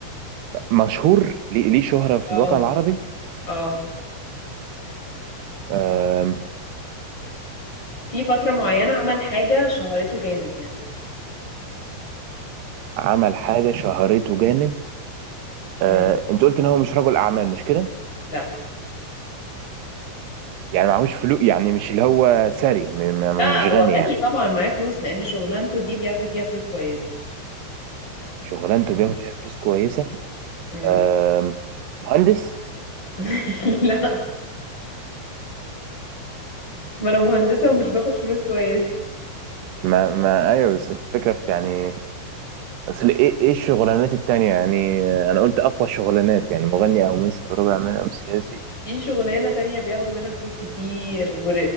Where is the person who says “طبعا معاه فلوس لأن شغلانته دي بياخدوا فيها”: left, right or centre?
Left